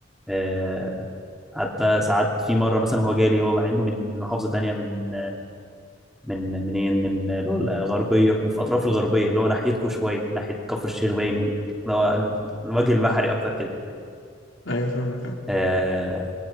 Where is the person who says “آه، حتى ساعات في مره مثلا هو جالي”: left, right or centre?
Centre